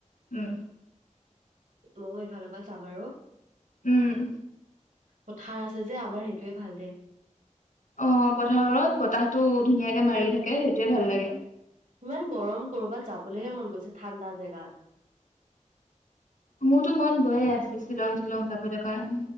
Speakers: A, on the left; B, on the right.
A: উম
B: ময়ো এইফালৰ পৰা চাম আৰু
A: উম
B: কথা আছে যে আমাৰ সেইটোৱে ভাল দে
A: অ পথাৰত বতাহ টো ধুনীয়াকে
B: উম,
A: মাৰি থাকে সেইটোয়ে ভাল লাগে
B: ইমান গৰম কৰ'বাত যাবলৈহে মন গৈছে ঠাণ্ডা জেগাত
A: মোৰতো মন গৈয়ে আছে শ্বিলং তিলং যাবলৈ কাৰণে।